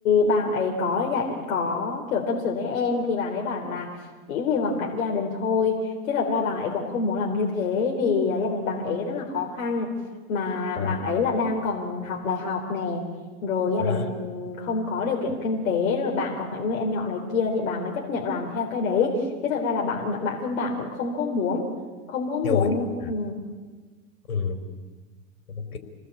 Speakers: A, on the left (about 60°); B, on the left (about 85°).
A: bạn ấy có gia đình có kiểu tâm sự với em thì bạn ấy bảo là chỉ vì hoàn cảnh gia đình thôi chứ thật ra bạn ấy cũng không muốn làm như thế vì à, gia đình bạn ấy rất là khó khăn mà
B: à,
A: bạn ấy là đang còn học đại học nè rồi gia
B: à,
A: đình không có điều kiện kinh tế rồi bạn còn phải nuôi em nhỏ này kia thì bạn mới chấp nhận làm theo cái đấy chứ thật ra là bạn bạn- bản thân bạn cũng không có muốn không có muốn
B: theo hồi à,
A: ừ
B: ừ, ok